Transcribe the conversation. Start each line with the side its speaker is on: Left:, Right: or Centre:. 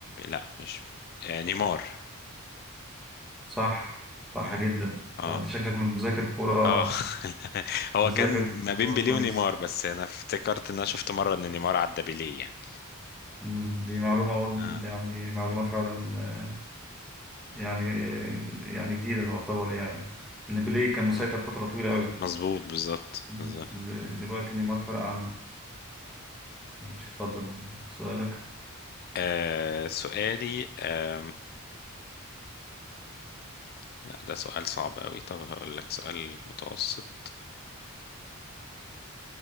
Left: لا مش آه... نيمار
Centre: صح صح
Left: اه
Centre: جدا
Left: اه
Centre: ده أنت شكلك من مذاكر كورة
Left: اه <laughs> هو
Centre: مذاكر
Left: كان ما
Centre: كورة
Left: بين بيليه
Centre: كويس
Left: ونيمار بس انا افتكرت ان انا شفت مره ان نيمار عدى بيليه يعني
Centre: مم، دي معلومة أول
Left: آه.
Centre: يعني معلومة فعلا آه، يعني يعني جديدة تعتبر يعني إن بيليه كان مسيطر
Left: مم.
Centre: فترة طويلة أوي
Left: مظبوط بالظبط
Centre: مم.
Left: بالظبط
Centre: دلوقتي نيمار فرق عنه ماشي اتفضل سؤالك
Left: آه سؤالي آه لا ده سؤال صعب قوي طب هقول لك سؤال متوسط